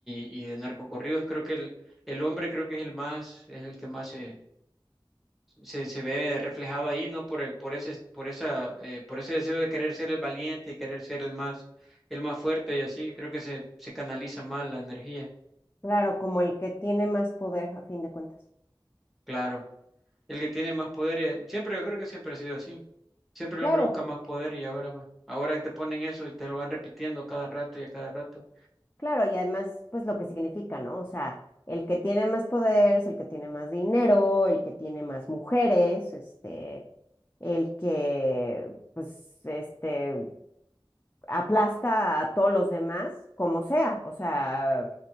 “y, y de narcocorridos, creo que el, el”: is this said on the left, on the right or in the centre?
Centre